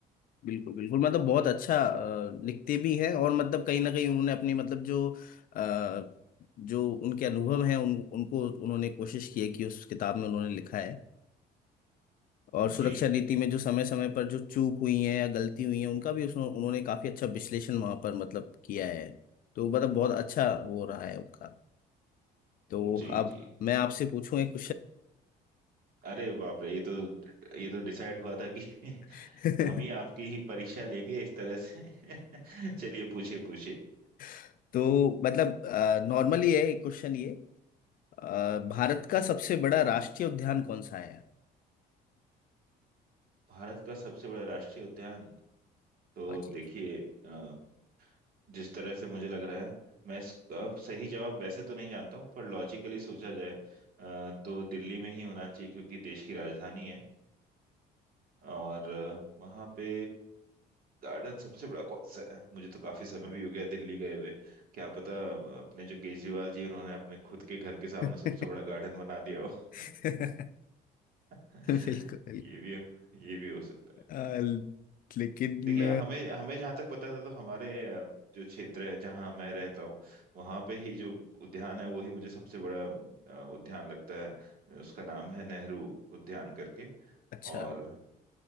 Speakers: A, on the left (about 55°); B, on the right (about 60°).
A: बिल्कुल बिल्कुल मतलब बहुत अच्छा अ, लिखते भी हैं और मतलब कहीं ना कहीं उन्होंने अपनी मतलब जो अ, जो उनके अनुभव हैं उन उनको उन्होंने कोशिश की है कि उस किताब में उन्होंने लिखा है और सुरक्षा
B: जी
A: नीति में जो समय समय पर जो चूक हुई है या गलती हुई है उनका भी उसमें उन्होंने काफी अच्छा विश्लेषण वहां पर मतलब किया है तो मतलब बहुत अच्छा वो रहा है उनका तो
B: जी
A: अब
B: जी
A: मैं आपसे पूछूं एक
B: अरे बाप रे ये तो ये तो डिसाइड हुआ था कि <laughs>
A: क्वेश्चन
B: हम ही आपकी ही परीक्षा लेंगे इस तरह से <laughs> चलिए पूछिए पूछिए
A: <laughs> तो मतलब नॉर्मली है एक क्वेश्चन ये अ, भारत का सबसे बड़ा राष्ट्रीय उद्यान कौन सा है
B: भारत का सबसे बड़ा राष्ट्रीय उद्यान तो
A: हाँ जी
B: देखिए अ, जिस तरह से मुझे लग रहा है मैं इसका सही जवाब वैसे तो नहीं जानता हूँ पर लॉजिकली सोचा जाए अ, तो दिल्ली में ही होना चाहिए क्योंकि देश की राजधानी है और अ, वहाँ पे गार्डन सबसे बड़ा कौन सा है मुझे तो काफी समय भी हो गया दिल्ली गए हुए क्या पता अपने जो केजरीवाल जी हैं, उन्होंने अपने खुद के घर के सामने
A: <laughs>
B: सबसे बड़ा गार्डन बना दिया हो
A: बिल्कुल
B: <laughs>
A: बिल्कुल
B: ये भी ये भी हो सकता
A: अ,
B: है
A: लेकिन
B: देखिए हमें हमें जहाँ तक पता था तो हमारे अ, जो क्षेत्र है जहाँ मैं रहता हूँ वहाँ पे ही जो उद्यान है वही मुझे सबसे बड़ा अ, उद्यान लगता है उसका नाम है नेहरू उद्यान करके
A: अच्छा
B: और